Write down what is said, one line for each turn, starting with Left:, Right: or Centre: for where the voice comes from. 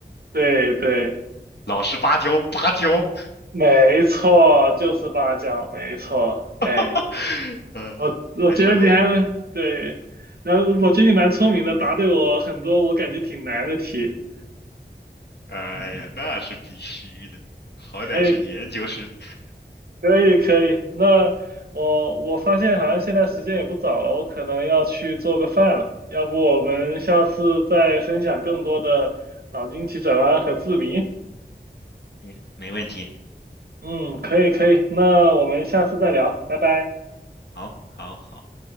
Right: 对对，
Left: 老实芭蕉，芭蕉。
Right: 没错，就是八角，没错，哎，
Left: <laughs> 呃，
Right: 我我觉得你还对，
Left: 还是我，
Right: 然后我觉得你蛮聪明的，答对我很多我感觉挺难的题。<laughs>
Left: 哎呀，
Right: 嗯，
Left: 那是必须的，好歹是研究生，
Right: 可以，可以，可以。那我我发现好像现在时间也不早了，我可能要去做个饭了。要不我们下次再分享更多的脑筋急转弯和字谜？
Left: 你没问题，
Right: 嗯，可以，可以。那我们下次再聊，拜拜。
Left: 好，好，好。